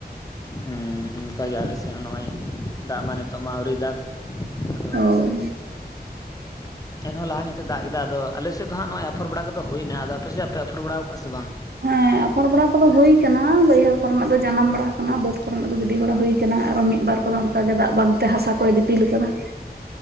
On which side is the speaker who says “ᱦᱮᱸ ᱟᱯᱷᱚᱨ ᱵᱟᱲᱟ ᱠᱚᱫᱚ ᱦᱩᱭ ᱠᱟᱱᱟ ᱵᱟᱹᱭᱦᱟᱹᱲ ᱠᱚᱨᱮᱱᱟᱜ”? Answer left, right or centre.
Right